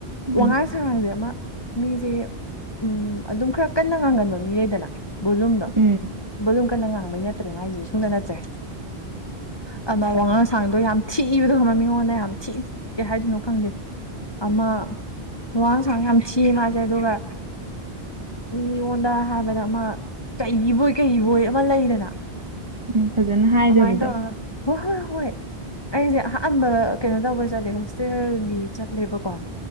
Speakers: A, on the right (about 30°); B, on the left (about 25°).
A: ꯎꯝ
B: ꯋꯥꯉꯥꯁꯗꯃ ꯃꯤꯁꯦ ꯎꯝ ꯑꯗꯨꯝ ꯈꯔ ꯀꯟꯅ ꯉꯥꯡꯒꯟꯕ ꯃꯤ ꯂꯩꯩꯗꯅ ꯕꯣꯂꯨꯝꯗꯣ
A: ꯎꯝ
B: ꯑꯗꯨꯝ ꯀꯟꯅ ꯉꯥꯡꯕꯩ ꯅꯠꯇ꯭ꯔꯦ ꯃꯥꯏꯁꯤꯗꯤ ꯁꯨꯅ ꯅꯠꯇ꯭ꯔꯦ ꯑꯃ ꯋꯥꯉꯥꯡꯁꯥꯡꯗꯣ ꯌꯥꯝ ꯊꯤꯕꯗꯣ ꯈꯪꯃ ꯃꯤꯉꯣꯟꯗ ꯌꯥꯝ ꯊꯤ ꯀꯦ ꯍꯥꯏꯗꯣꯏꯅꯣ ꯈꯪꯗꯦ ꯑꯃ ꯋꯥꯡ ꯁꯥꯡ ꯌꯥꯝ ꯊꯤ ꯃꯥꯁꯦ ꯑꯗꯨꯒ ꯃꯤꯉꯣꯟꯗ ꯍꯥꯏꯕꯗ ꯑꯃ ꯆꯍꯤꯕꯨ ꯀꯩꯕꯣꯏ ꯑꯃ ꯂꯩꯗꯅ
A: ꯎꯝ ꯐꯖꯅ ꯍꯥꯏꯗꯕꯗꯣ
B: ꯑꯗꯨꯃꯥꯏꯅ ꯇꯧꯔꯒ ꯍꯣꯏ ꯍꯣꯏ ꯍꯣꯏ ꯑꯩꯁꯦ ꯑꯍꯥꯟꯕ ꯀꯩꯅꯣ ꯇꯧꯕ ꯆꯠꯂꯦ ꯍꯣꯁꯇꯦꯜꯒꯤ ꯆꯠꯂꯦꯕꯀꯣ